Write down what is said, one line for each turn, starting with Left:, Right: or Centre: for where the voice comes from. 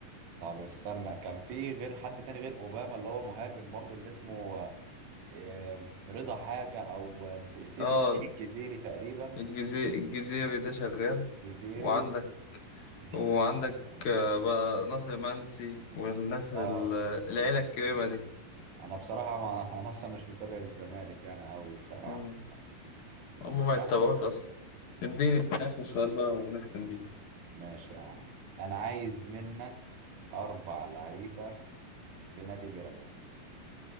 Right: طب استنى كان في غير حد تاني غير أوباما اللي هو مهاجم برضو اللي اسمه آه، رضا حاجة أو آه، س- سيف
Left: اه
Right: الدين الجزيري تقريبا
Left: الجزيري الجزيري ده شغال
Right: جزيري
Left: وعندك
Right: مش
Left: وعندك
Right: فاكر الاسم.
Left: آه، بقى ناصر منسي والناس ال-
Right: اه في نصر
Left: العيلة
Right: المنصوري.
Left: الكريمة دي
Right: انا بصراحة ما <laughs> انا اصلا مش متابع الزمالك يعني قوي بصراحة
Left: امم هم ما يتبعوش
Right: لا
Left: أصلا اديني آخر سؤال بقى ونختم بيه
Right: ماشي يا عم انا عايز منك اربع لعيبة في نادي بيراميدز